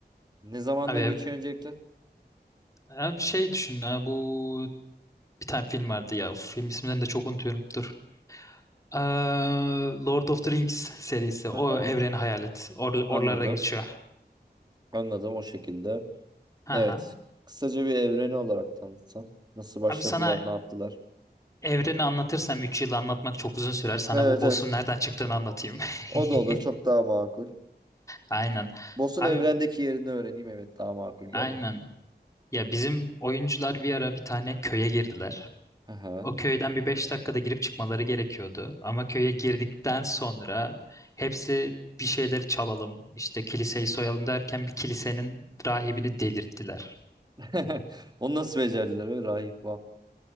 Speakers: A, on the right; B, on the left.
A: Ne zamanda
B: Abi,
A: geçiyor öncelikle?
B: abi şey düşün. ha, Bu bir tane film vardı ya. Uf, Film isimlerini de çok unutuyorum. Dur. Eee, Lord of the Rings serisi. O
A: Aha,
B: evreni hayal et. Or
A: anladım.
B: oralarda geçiyor.
A: Anladım o şekilde.
B: Aha.
A: Evet. Kısaca bir evreni olarak tanıtsan. Nasıl başladılar,
B: Abi sana
A: ne yaptılar?
B: evreni anlatırsam 3 yıl anlatmak çok uzun sürer. Sana
A: Evet
B: bu boss'un
A: evet.
B: nereden çıktığını anlatayım.
A: O da
B: <laughs>
A: olur. Çok daha makul.
B: Aynen.
A: Boss'un
B: Abi
A: evrendeki yerini öğreneyim. Evet daha makul geldi.
B: aynen. Ya bizim oyuncular bir ara bir tane köye girdiler.
A: Aha.
B: O köyden bir 5 dakikada girip çıkmaları gerekiyordu. Ama köye girdikten sonra hepsi bir şeyleri çalalım, işte kiliseyi soyalım derken bir kilisenin rahibini delirttiler.
A: <laughs> Onu nasıl becerdiler öyle rahip vav.